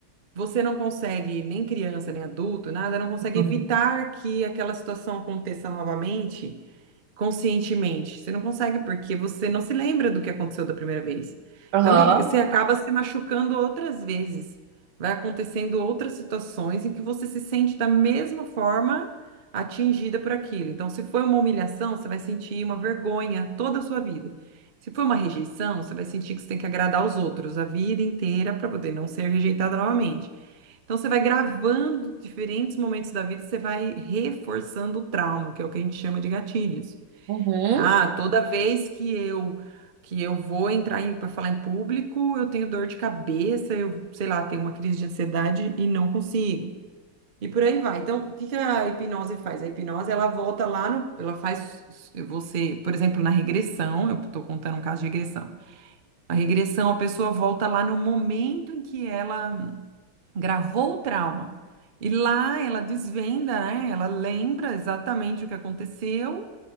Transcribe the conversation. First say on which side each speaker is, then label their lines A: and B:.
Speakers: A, on the right; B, on the right.
A: você não consegue, nem criança, nem adulto, nada, não consegue
B: Aham.
A: evitar
B: Uhum.
A: que aquela situação aconteça novamente conscientemente. Você não consegue porque você não se lembra do que aconteceu da primeira vez.
B: Aham.
A: Então, que- você acaba se machucando outras vezes. Vai acontecendo outras situações em que você se sente da mesma forma atingida por aquilo. Então, se foi uma humilhação, você vai sentir uma vergonha toda a sua vida. Se for uma rejeição, você vai sentir que você tem que agradar aos outros a vida inteira para poder não ser rejeitada novamente. Então você vai gravando diferentes momentos da vida, você vai reforçando o trauma, que é o que a gente chama de gatilhos.
B: Uhum.
A: Ah, toda vez que eu que eu vou entrar para falar em público, eu tenho dor de cabeça, eu, sei lá, tenho uma crise de ansiedade e não consigo. E por aí vai. Então, o que que a hipnose faz? A hipnose, ela volta lá no, ela faz você, por exemplo, na regressão, eu estou contando um caso de regressão. A regressão, a pessoa volta lá no momento em que ela gravou o trauma. E lá ela desvenda, né? Ela lembra exatamente o que aconteceu,